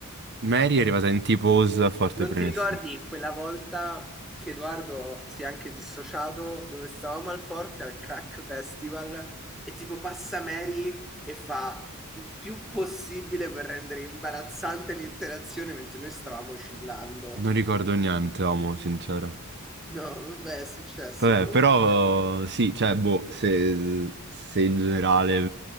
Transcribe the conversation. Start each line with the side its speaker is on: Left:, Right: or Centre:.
Right: Mary è arrivata in tipo Osa forte
Centre: Non
Right: premessi.
Centre: ti ricordi quella volta che Edoardo si è anche dissociato dove stavamo al Forte al Crack Festival e tipo passa Mary e fa il più possibile per rendere imbarazzante l'interazione mentre noi stavamo oscillando?
Right: Non ricordo niente, amo, sincero.
Centre: No, vabbè, è successo.
Right: Vabbè,
Centre: Comunque,
Right: però
Centre: niente,
Right: sì, cioè, boh, se, se in generale